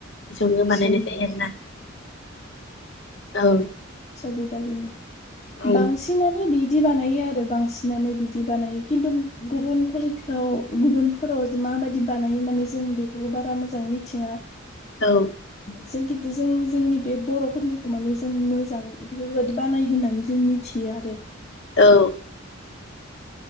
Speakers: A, on the left (about 65°); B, on the left (about 35°).
A: बिसंजों
B: बिसुंजो
A: बानायनाय जायो आरोना औ
B: सद दुदालिनि
A: औ
B: बांसिनानो बि दि बानायो आरो बांसिनानो बिदि बानायो खिन्थु गुबुन फोरखौ गुबुन फोराव माबायदि बानायो माने जों बेफोरखौ बारा मोजाङै मिथिङा।
A: औ
B: जों खिन्थु जों जोंनि बे बर'फोरनिखौ माने जों मोजां इफोरबायदि बानायो होननानै जों मिथियो आरो।
A: औ